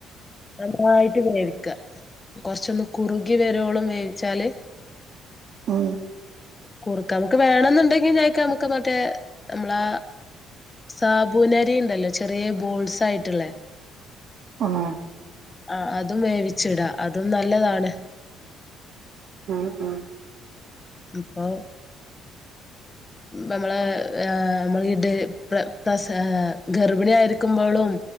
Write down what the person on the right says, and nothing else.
ഉ
ആഹ്
ഉം ഉം